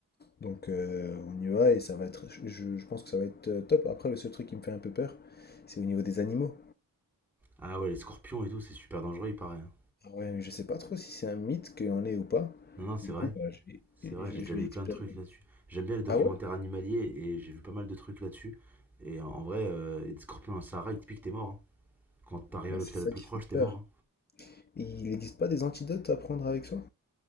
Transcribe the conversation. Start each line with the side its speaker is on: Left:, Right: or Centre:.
Left: Donc, euh, on y va et ça va être. Je, je pense que ça va être euh, top. Après, le seul truc qui me fait un peu peur, c'est au niveau des animaux.
Centre: Ah ouais, les scorpions et tout, c'est super dangereux, il paraît. hein.
Left: Ah Ouais, mais je sais pas trop si c'est un mythe qu'il y en ait ou pas.
Centre: Non, non, c'est
Left: Du
Centre: vrai,
Left: coup, bah, je vais,
Centre: c'est
Left: je,
Centre: vrai, j'ai déjà
Left: je vais
Centre: vu
Left: expérimenter.
Centre: plein de trucs là-dessus. J'aime bien les documentaires
Left: Ah ouais?
Centre: animaliers et j'ai vu pas mal de trucs là-dessus. Et en en vrai, euh, et des scorpions dans le Sahara, ils te piquent, t'es mort. hein. Quand t'arrives
Left: Bah,
Centre: à l'hôpital
Left: c'est ça
Centre: le plus
Left: qui
Centre: proche,
Left: fait
Centre: t'es
Left: peur.
Centre: mort. hein.
Left: Et il n'existe pas des antidotes à prendre avec soi?